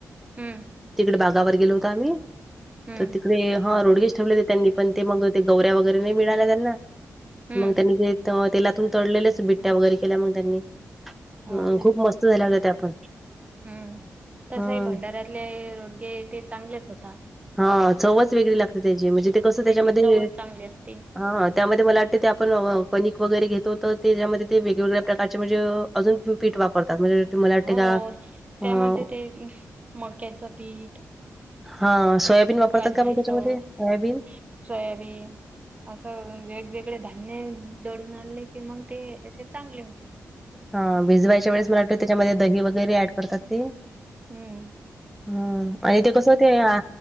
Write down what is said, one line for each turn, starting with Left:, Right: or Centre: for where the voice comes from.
Right: हम्म
Centre: तिकडे बागावर गेलो होता आम्ही
Right: हम्म
Centre: तर तिकडे हा रोडगेश ठेवले होते त्यांनी पण ते मग ते गौवऱ्या वगैरे नाही मिळाल्या त्यांना
Right: हम्म
Centre: मग त्यांनी ज तेलातून तळलेलेच बिट्ट्या वगैरे केल्या मग त्यांनी
Right: हो
Centre: हम
Right: काय
Centre: खूप मस्त झाल्या हो त्या पण.
Right: हम्म तसही
Centre: ह
Right: भंडाऱ्यातले रोडगे ते चांगलेच होता
Centre: हा चवच वेगळी लागते त्याची म्हणजे ते कसं
Right: त्याची
Centre: त्याच्यामध्ये
Right: चवच चांगली असते
Centre: हा त्यामध्ये मला वाटतं ते आपण कणिक वगैरे घेतो तर त्याच्यामध्ये ते वेगवेगळ्या प्रकारचे म्हणजे अजून तम्ही पीठ वापरतात म्हणजे तु्हाला वाटते
Right: हो
Centre: का
Right: त्यामध्ये
Centre: अ
Right: ते मक्याचं पीठ
Centre: हा सोयाबीन वापरतात
Right: बाजरीचं
Centre: का मग त्याच्यामध्ये सोयाबीन.
Right: सोयाबीन असं वेगवेगळे धान्य दडून आणले की मग ते असे चांगले होतात.
Centre: हा भिजवायच्या वेळेस मलाटत त्याच्यामध्ये दही वगैरे ऍड करतात ते
Right: हम्म
Centre: हम आणि ते कस ते या